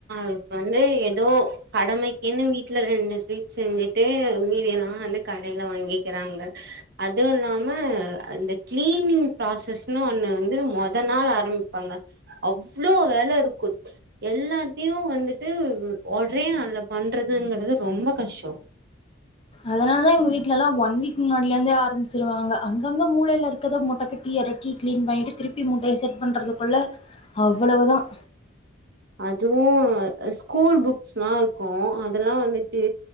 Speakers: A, on the right; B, on the left.
A: இ வந்து ஏதோ கடமைக்குன்னு வீட்டுல ரெண்டு ஸ்வீட் செஞ்சுட்டு மீதி எல்லாம் வந்து கடையில வாங்கிக்கிறாங்க அதுவும் இல்லாம அந்த கிளீனிங் ப்ராசஸ்ன்னு ஒன்னு வந்து மொதல் நாள் ஆரம்பிப்பாங்க அவ்ளோ வேலை இருக்கும் எல்லாத்தையும் வந்துட்டு ஒரே நாள்ல பண்றதுங்கறது ரொம்ப கஸ்டோம்
B: அதனால தான் எங்க வீட்லலாம் ஒன் வீக் முன்னாடியில இருந்தே ஆரம்பிச்சிருவாங்க அங்கங்க மூளையில இருக்கிறத மட்ட கட்டி இறக்கி கிளீன் பண்ணிட்டு திருப்பி மூட்டைய செட் பண்றதுக்குள்ள அவ்வளவுதான்
A: அதுவும் ஸ்கூல் புக்ஸ்ல்லாம் இருக்கும் அதெல்லாம் வந்துட்டு